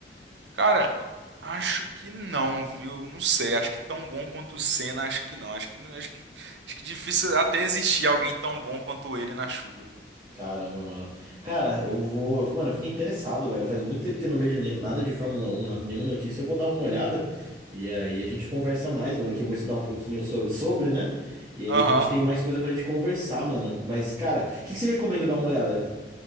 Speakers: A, on the right; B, on the right.
A: Cara, acho que não, viu? Não sei, acho que tão bom quanto o Senna, acho que não. Acho que, acho que, acho que difícil até existir alguém tão bom quanto ele na chuva, viu?
B: Caramba, mano. Cara, eu vou. Mano, eu fiquei interessado, velho. Faz muito tempo que eu não vejo nenhum, nada de Fórmula um nada- nenhuma notícia. Eu vou dar uma olhada e aí a gente conversa mais, mano. Que eu vou estudar um pouquinho sobre, sobre, né? E
A: Aham.
B: aí a gente tem mais coisa pra gente conversar, mano. Mas, cara, o que que você recomenda dar uma olhada?